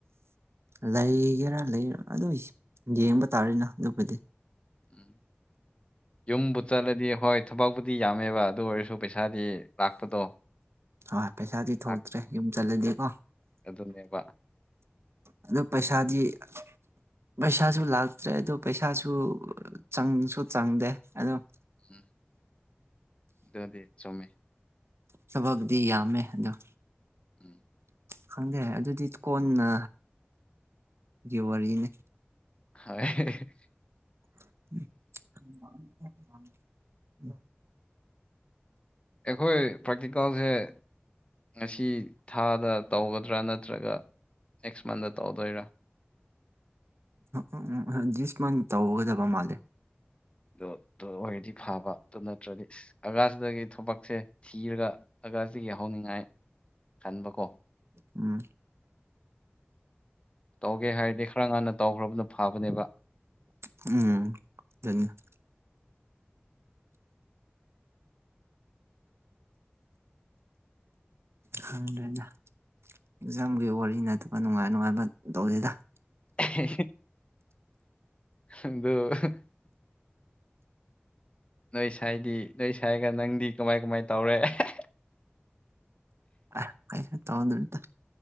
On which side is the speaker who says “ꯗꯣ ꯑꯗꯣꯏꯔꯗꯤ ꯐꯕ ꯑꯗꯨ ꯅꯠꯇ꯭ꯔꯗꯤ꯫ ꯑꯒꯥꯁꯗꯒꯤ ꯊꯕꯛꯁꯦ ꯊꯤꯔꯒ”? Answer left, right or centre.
Left